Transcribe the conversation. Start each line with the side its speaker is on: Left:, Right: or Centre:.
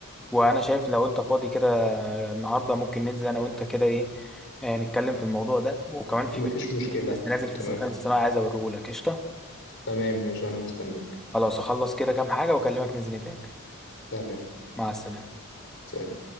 Centre: وانا شايف لو انت فاضي كده النهارده ممكن ننزل انا وانت كده ايه آه، نتكلم في الموضوع ده وكمان في
Left: مفيش
Centre: برنامج
Left: مشكلة
Centre: جديد لسه نازل في
Left: تمام
Centre: الذكاء الاصطناعي عايز اوريهولك قشطه
Left: تمام ماشي أنا مستنيك
Centre: خلاص اخلص كده كام حاجه واكلمك ننزل نتقابل
Left: تمام
Centre: مع السلامه
Left: سلام